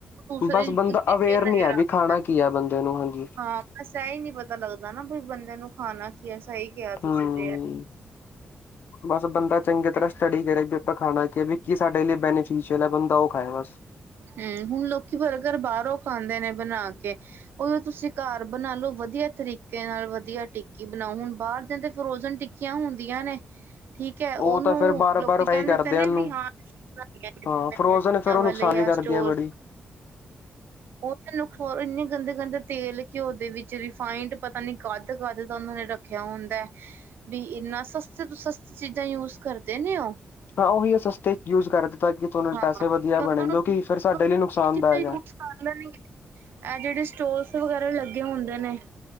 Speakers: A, on the right; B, on the left.
A: ਦੂਸਰੇ
B: ਬਸ
A: ਚੀ
B: ਬੰਦਾ
A: <unintelligible>
B: ਅਵੇਅਰ ਨਹੀਂ
A: ਨਜ਼ਰ
B: ਹੈ ਵੀ
A: ਆਗੇ।
B: ਖਾਣਾ ਕੀ ਆ ਬੰਦੇ ਨੂੰ, ਹਾਂਜੀ।
A: ਹਾਂ ਬਸ ਐ ਹੀ ਨਹੀਂ ਪਤਾ ਲੱਗਦਾ ਨਾ ਬਈ ਬੰਦਿਆਂ ਨੂੰ ਖਾਣਾ ਕੀ ਸਹੀ ਕਿਹਾ ਤੁਸੀਂ
B: ਹਮ
A: ਤੇ ਏ
B: <inaudible> ਬਸ ਬੰਦਾ ਚੰਗੀ ਤਰ੍ਹਾਂ ਸਟੱਡੀ ਕਰੇ ਵੀ ਆਪਾਂ ਖਾਣਾ ਕਿ ਵੀ ਕੀ ਸਾਡੇ ਲਈ ਬੈਨੀਫਿਸ਼ਅਲ ਹੈ ਬੰਦਾ ਉਹ ਖਾਏ ਬਸ।
A: ਹੂੰ, ਹੁਣ ਲੋਕੀ ਬਰਗਰ ਬਾਹਰੋਂ ਖਾਂਦੇ ਨੇ ਬਣਾ ਕੇ। ਉਹੀ ਤੁਸੀਂ ਘਰ ਬਣਾਲੋ ਵਧੀਆ ਤਰੀਕੇ ਨਾਲ ਵਧੀਆ ਟਿੱਕੀ ਬਣਾਓ, ਹੁਣ ਬਾਹਰ ਦੇ ਤੇ ਫਰੋਜਨ ਮੱਖੀਆਂ ਹੁੰਦੀਆ ਨੇ।
B: <inaudible>
A: ਠੀਕ ਹੈ
B: ਉਹ
A: ਉਹਨੂੰ
B: ਤਾਂ ਫੇਰ ਬਾਹਰੋ
A: ਲੋਕੀ
B: ਬਾਹਰ ਫਰਾਈ
A: ਕਹਿੰਦੇ
B: ਕਰਦੇ
A: ਤੇ ਨੇ
B: ਆ ਉਹਨੂੰ,
A: ਵੀ ਹਾਂ ਬਣਾਈਆਂ
B: ਹਾਂ ਫਰੋਜ਼ਨ ਫੇਰ ਉਹਨੂੰ
A: ਵਾਲੇ
B: ਤਾ
A: ਜਾਂ
B: ਵੀ ਕਰਦੀ
A: ਸਟੋਰ
B: ਐ ਬੜੀ।
A: ਉਹ ਚ ਨੁਕਸ ਇੰਨੇ ਗੰਦੇ-ਗੰਦੇ ਤੇਲ ਘਿਓ ਦੇ ਵਿੱਚ ਰਿਫਾਈੰਡ ਪਤਾ ਨੀ ਗੱਧ ਗੱਧ ਤਾਂ ਉਹਨਾਂ ਨੇ ਰ ਰੱਖਿਆ ਹੁੰਦਾ ਬੀ ਇਨਾ ਸਸਤੇ ਤੋਂ ਸਸਤੀ ਚੀਜ਼ਾਂ ਯੂਜ ਕਰਦੇ ਨੇ ਔਹ।
B: ਹਾਂ ਔਹੀ ਸਸਤੇ ਯੂਜ ਕਰ ਦਿੱਤਾ ਕਿ ਤੁਹਾਨੂੰ ਪੈਸੇ
A: ਕਿਉਂਕਿ
B: ਵਧੀਆ
A: ਉਹਨਾਂ
B: ਬਣੇ ਜੋ
A: ਨੂੰ
B: ਕਿ ਫਿਰ ਸਾਡੇ ਲਈ ਨੁਕਸਾਨਦਾਇਕ
A: ਚੀਜ਼ਾਂ
B: ਹੈ।
A: <unintelligible> ਇਹ ਜਿਹੜੇ ਸਟੋਲਸ ਵਗੈਰਾ ਲੱਗੇ ਹੁੰਦੇ ਨੇ